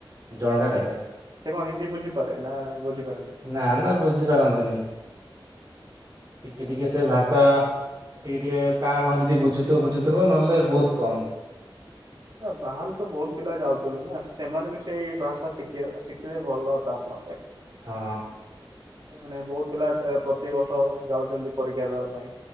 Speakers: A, on the right; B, on the right.
A: ଜଣକା
B: ସିଏ
A: କେତେ
B: ସିଏ କଣ ହିନ୍ଦୀ ବୁଝିପାରେ ନା ବୁଝିପାରେନି?
A: ନା ନା ବୁଝିପାରନ୍ତିନି ଟିକେ ଟିକେ ସେ ଭାଷା ଟିକେ ଟିକେ କାଁ ଭା ଯଦି ବୁଝୁଥିବ ବୁଝୁଥିବ ନହେଲେ ବହୁତ କମ୍।
B: ନା ବାହାରୁ ତ ବହୁତ ପିଲା ଯାଉଛନ୍ତି ନା ସେମାନେ ବି ସେଇ ଭାଷା ଶିଖିବା ଶିଖିଲେ ଭଲଥା ଆପଣଙ୍କ ପାଇଁ।
A: ହଁ।
B: ମାନେ ବହୁତ ପିଲା ପ୍ରତିବର୍ଷ ଯାଉଛନ୍ତି ପରୀକ୍ଷା ଦେବା ପାଇଁ